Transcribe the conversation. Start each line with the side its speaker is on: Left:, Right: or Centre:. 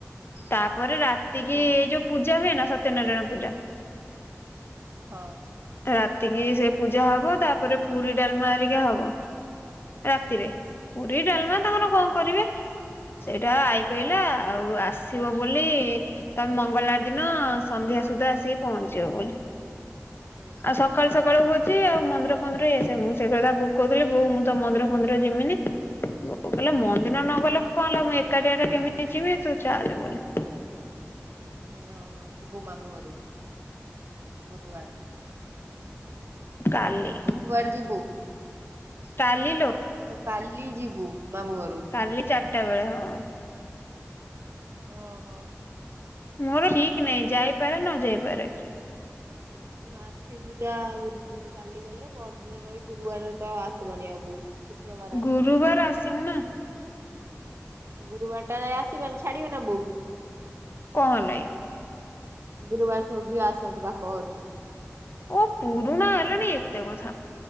Right: ହୁଁ
Left: ତାପରେ ରାତିକି
Right: ହୁଁ
Left: ଏଇ ଯୋଉ ପୂଜା ହୁଏ ନା ସତ୍ୟନାରାୟଣ ପୂଜା
Right: ହଁ।
Left: ରାତିକି ସେ ପୂଜା ହବ ତାପରେ ପୁରୀ ଡାଲମା ହେରିକା ହବ। ରାତିରେ
Right: ହୁଁ
Left: ପୁରୀ ଡାଲମା ତାଙ୍କର କଣ
Right: ହୁଁ
Left: କରିବେ ସେଇଟା ଆଇ କହିଲ ଆଉ
Right: ହଁ
Left: ଆସ ଆସିବ ବୋଲି ତମେ ମଙ୍ଗଳବାର ଦିନ ସନ୍ଧ୍ୟା ସୁଦ୍ଧା ଆସିକି ପହଞ୍ଚିବ ବୋଲି।
Right: ହୁଁ
Left: ଆଉ ସକାଳୁ
Right: ହୁଁ
Left: ସକାଳୁ ଆଉ ମନ୍ଦିର ଫନ୍ଦିର ଇଏ ସେ। ମୁଁ ସେଇ କଥା ବୋଉ କୁ କହୁଥିଲି ବୋଉ ମୁଁ ତ ମନ୍ଦିର ଫନ୍ଦିର ଯିମିନି। ବୋଉ କହିଲା ମନ୍ଦିର
Right: ହୁଁ।
Left: ନ ଗଲେ କଣ ହେଲା ମୁଁ ଏକାଟିଆ ଟା କେମିତି ଯିବି ତୁ ଚାଲେ ବୋଲି।
Right: ହଁ ହଁ ଯିବୁ ମାମୁଁ ଘରକୁ। ବୁଧୁବାର।
Left: କାଲି।
Right: ବୁଧୁବାର ଯିବୁ?
Left: କାଲି ଲୋ।
Right: ଓ କାଲି ଯିବୁ ମାମୁଁ ଘରକୁ।
Left: କାଲି ଚାରିଟା ବେଳେ ହଁ।
Right: ଓହୋ।
Left: ମୋର ଠିକ୍ ନାଇଁ ଯାଇପାରେ ନ ଯାଇପାରେ।
Right: <unintelligible> କାଲି ଗଲା ପହରଦିନ ରହି ଗୁରୁବାର ତ ଆସିବନି ଆଉ ବୋଉ। ଶୁକ୍ରବାର ଆସିବୁ
Left: ଗୁରୁବାର
Right: ବୋଧେ
Left: ଆସିବୁ ନା।
Right: ଗୁରୁବାର ଟା ଯାଇ ଆସିବାନି ଛାଡିବ ନା ବୋଉକୁ।
Left: କହ ହେଲାକି?
Right: ଗୁରୁବାର ସବୁ ଝିଅ ଆସନ୍ତି ବାପ ଘରୁ।
Left: ଓ ପୁରୁଣା ହେଲାଣି ଏତେ କଥା।